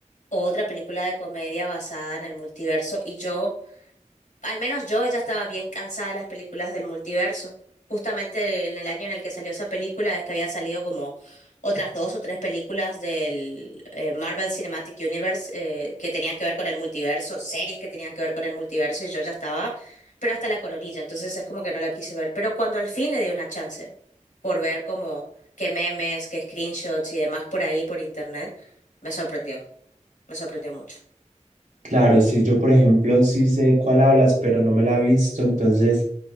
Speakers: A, on the left; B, on the right.
A: otra película de comedia basada en el multiverso y yo al menos yo ya estaba bien cansada de las películas del multiverso. Justamente en el año en el que salió esa película es que habían salido como otras dos o tres películas del eh, Marvel Cinematic Universe eh, que tenían que ver con el multiverso, series que tenían que ver con el multiverso y yo ya estaba, pero hasta la coronilla, entonces es como que no la quise ver. Pero cuando al fin le di una chance por ver como qué memes, qué screenshots y demás por ahí, por internet, me sorprendió, me sorprendió mucho.
B: Claro, si yo por ejemplo sí sé cuál hablas, pero no me la he visto, entonces